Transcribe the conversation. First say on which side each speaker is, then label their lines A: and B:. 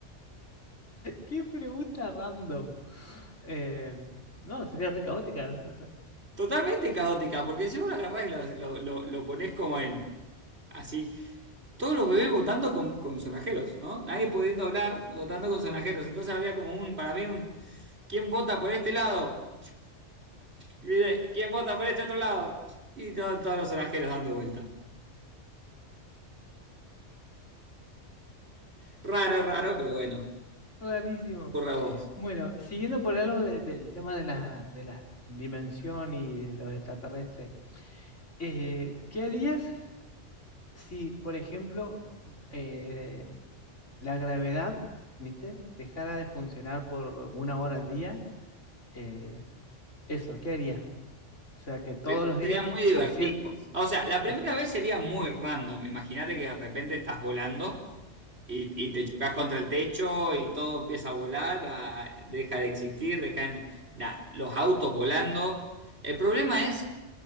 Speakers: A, on the left; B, on the right.
A: Qué pregunta random. Eh, no, sería re caótica. o sea,
B: Totalmente caótica, porque si vos lo agarrás y lo, lo, lo- lo ponés como en, así, Todos los bebés votando con, con sonajeros, ¿no? Nadie pudiendo hablar, votando con sonajeros. Entonces habría como un, para mí, un, ¿quién vota por este lado? ¿Viste? ¿Quién vota por este otro lado? Y todo- todos los sonajeros dando vuelta. Raro, raro, pero bueno,
A: rarísimo.
B: ocurre a vos.
A: Bueno, siguiendo por algo de- del tema de la, de la dimensión y de los extraterrestres, eh, ¿qué harías si, por ejemplo, eh, la gravedad, ¿viste? dejara de funcionar por una hora al día? Eh, eso, ¿qué harías? O sea, que todos
B: Primero
A: los días
B: sería muy divertido.
A: a cier-
B: O sea, la
A: a-
B: primera vez sería muy random. Imagínate que de repente estás volando. Y, y te chocas contra el techo y todo empieza a volar, a- deja de existir, dejan nah, los autos volando. El problema es